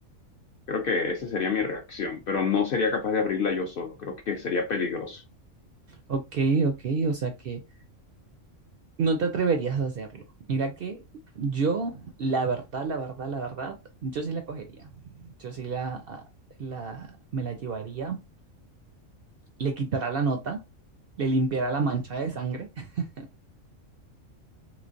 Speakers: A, on the left; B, on the right.
A: Creo que esa sería mi reacción, pero no sería capaz de abrirla yo solo, creo que sería peligroso.
B: Ok, ok, o sea que No te atreverías a hacerlo. Mira que yo, la verdad, la verdad, la verdad, yo sí la cogería. Yo sí la, ah, la, me la llevaría, le quitará la nota, le limpiará la mancha de sangre <laughs>